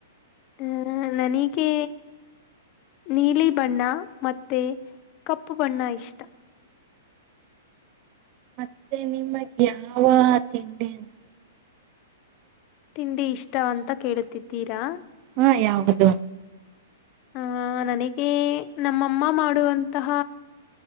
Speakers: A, on the left; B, on the right.
A: ಹಹ ನನಗೆ ನೀಲಿ ಬಣ್ಣ ಮ ಕಪ್ಪು ಬಣ್ಣ ಇಷ್ಟ
B: ಮತ್ತೆ ನಿಮಗ್ ಯಾವ ತಿಂಡಿ ಅಂದ
A: ತಿಂಡಿ ಇಷ್ಟ ಅಂತ ಕೇಳುತ್ತಿದ್ದೀರಾ
B: ಹಾ ಯಾವುದು
A: ಹ ನನಗೆ ನಮ್ಮಮ್ಮ ಮಾಡುವಂತಹ